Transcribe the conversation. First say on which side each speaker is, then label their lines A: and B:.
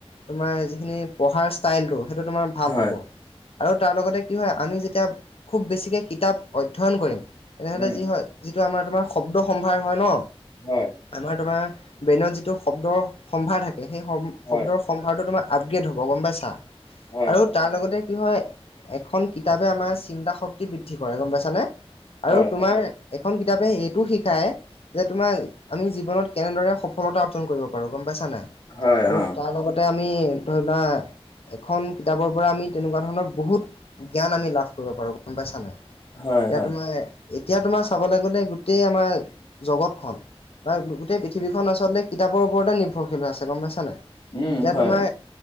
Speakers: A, on the left; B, on the left.
A: তোমাৰ যিখিনি পঢ়াৰ ষ্টাইলটো সেইটো তোমাৰ ভাল
B: হয়
A: হ'ব আৰু তাৰ লগতে কি হয় আমি যেতিয়া খুব বেছিকৈ কিতাপ অধ্যয়ন কৰিম- তেনেহ'লে
B: উম
A: যি হয় যিটো আমাৰ তোমাৰ শব্দ সম্ভাৰ হয় ন
B: হয়
A: আমাৰ তোমাৰ ব্ৰেইনত যিটো শব্দৰ সম্ভাৰ থাকে। সেই সম
B: হয়
A: শব্দৰ সম্ভাৰটো তোমাৰ আপগ্ৰেড হ'ব গম পাই চা
B: হয়
A: আৰু
B: হয়
A: তাৰ লগতে কি হয়, এখন কিতাপে আমাৰ চিন্তা শক্তি বৃদ্ধি কৰে। গম পাইছানে?
B: হয়
A: আৰু তোমাৰ এখন কিতাপে এইটো শিকায় যে তোমাৰ আমি জীৱনত কেনেদৰে সফলতা অৰ্জন কৰিব পাৰোঁ, গম পাইছা নে নাই।
B: হয়
A: আৰু
B: হয় অ
A: তাৰ লগতে আমি ধৰি লোৱা এখন কিতাপৰ পৰা আমি তেনেকুৱা ধৰণৰ বহুত- জ্ঞান আমি লাভ কৰিব পাৰো গম পাইছানে নাই এতিয়া
B: হয় হয়
A: তোমাই এতিয়া তোমাৰ চাবলৈ গলে গোটেই আমাৰ জগতখন বা গোটেই পৃথিৱীখন আচলতে কিতাপৰ ওপৰতে নিৰ্ভৰশীল হৈ আছে গম পাইছা নাই?
B: উম
A: এতিয়া
B: হয়
A: তোমাৰ